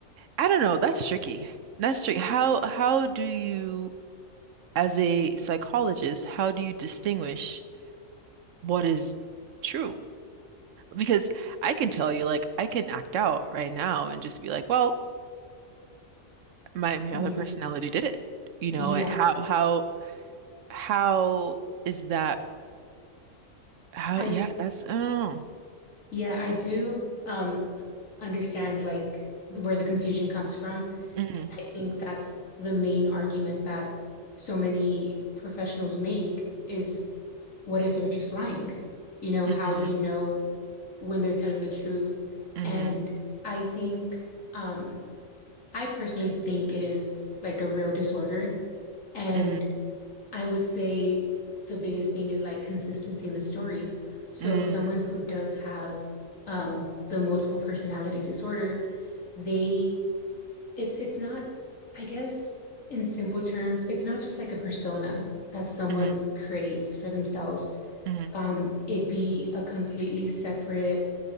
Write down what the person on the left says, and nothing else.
yeah,
yeah.
I
yeah, I do um understand like where the confusion comes from.
I think that's the main argument that so many professionals make is what if they're just lying? You know,
how do you know when they're telling the truth?
And I think, um, I personally think it is like a real disorder. And
I would say the biggest thing is like consistency in the stories. So,
someone who does have um, the multiple personality disorder, they it's it's not, I guess, in simple terms, it's not just like a persona that someone
creates for themselves.
Um, it'd be a completely separate,